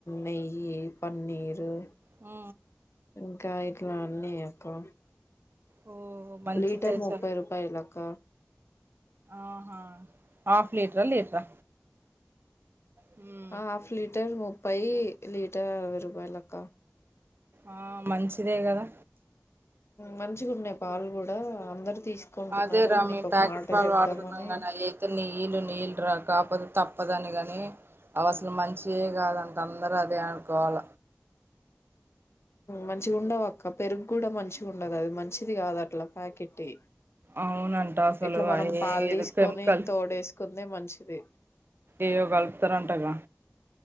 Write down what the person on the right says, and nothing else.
ఆ
ఓ మంచి
చేశారు
ఆహా హాఫ్ లీట్రా లీట్రా ఉ
ఆ మంచిదే కదా
అదే రా
మేము
ప్యాకెట్
పాలు
వాడుతున్నాం కానీ అవి అయితే నీళ్ళు నీళ్ళు రాకా కాపోతే తప్పదని కాని అవాసాలు మంచిఎ కాదు అంట అందరు అదె అన్కోవాల
అవునంట అసలు
అయి
ఏదో
కెమికల్
ఏయ్యో గల్పుతారంటగా